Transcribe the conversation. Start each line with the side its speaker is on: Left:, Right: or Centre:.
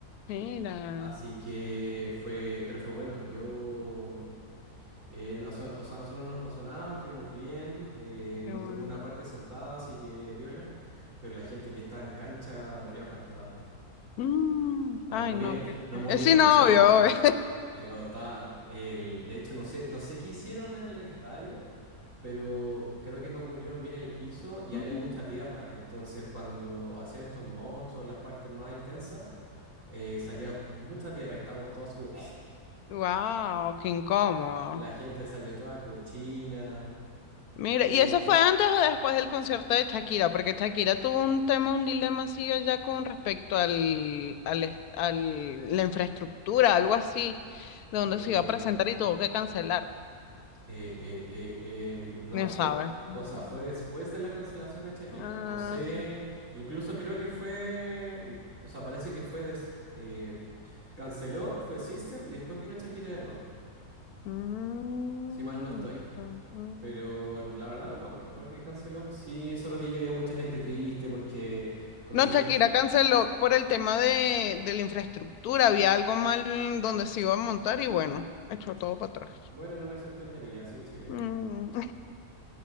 Left: mira,
Right: Así que fue, pero fue bueno. Yo, eh, no- o sea, o sea, a nosotros no nos pasó nada, estuvimos bien, eh,
Left: qué
Right: nos
Left: bueno.
Right: tocó una parte sentada, así que piola, pero la gente que estaba en cancha murió aplastada
Left: Mm,
Right: sea,
Left: ay,
Right: no murie-
Left: no, qué chévere.
Right: no murieron,
Left: Eh, sí, no,
Right: pero,
Left: obvio, obvio.
Right: pero está el, de hecho, no sé, no sé qué hicieron en el estadio, pero creo que no cubrieron bien el piso y
Left: <laughs>
Right: había mucha tierra. Entonces, cuando hacían estos mochos, las partes más intensas, eh, salía mucha tierra y estábamos todos así como,
Left: Wow, qué incómodo.
Right: <clears throat> y la gente salió toda cochina,
Left: Mira,
Right: pero
Left: ¿y eso fue antes o después del concierto de Shakira? Porque Shakira tuvo un tema, un dilema así ya con respecto al, al, est- al- la infraestructura, algo así, de donde
Right: eh,
Left: se iba a presentar y tuvo que cancelar.
Right: Eh, eh, eh, em, no,
Left: No
Right: fue,
Left: sabe. Ujú.
Right: o sea, fue después de la cancelación de Shakira.
Left: Ah,
Right: No sé, incluso creo que fue, n- o sea, parece que fue, des- eh, canceló, fue System y después vino Shakira de nuevo,
Left: mm,
Right: si mal no estoy.
Left: ujú.
Right: Pero la verdad no me acuerdo porque canceló. Sí, solo vi que había mucha gente triste porque conseguir...
Left: No, Shakira
Right: en-
Left: canceló por el tema de, de la infraestructura, había algo mal donde se iba a montar y bueno, echó todo para atrás.
Right: Bueno, no me sorprendería, así es Chile.
Left: Mm.